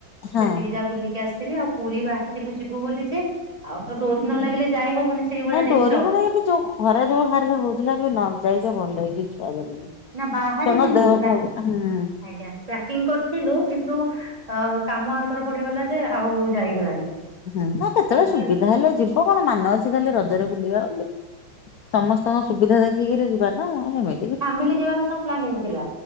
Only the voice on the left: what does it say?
ହଁ।
ନା ଡୋରି
କଣ ଏବେ ଯୋଉ ଖରା ଯୋଉ ହାର ରେ ହଉଥୁଲା ବି ନ ଯାଇଚ ଭଲ ହେଇଚି ଛୁଆ ଧରିକି।
ଛୁଆଙ୍କ ଦେହ
ପା ହୁଁ ହୁଁ
ହଁ ନା କେତେଳେ
ସୁବିଧା
ହେଲେ ଯିବ କଣ ମାନ ଅଛି ଖାଲି ରଜରେ ବୁଲିବା ବୋଲି। ସମସ୍ତଙ୍କ ସୁବିଧା ଦେଖିକିରି ଯିବା ନା ଏ ହେମି